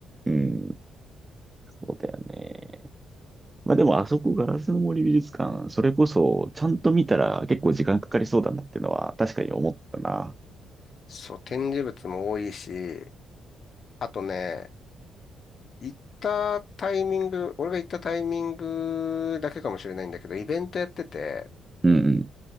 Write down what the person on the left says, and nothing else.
そう、展示物も多いし、あとね、行ったタイミング、俺が行ったタイミングだけかもしれないんだけど、イベントやってて、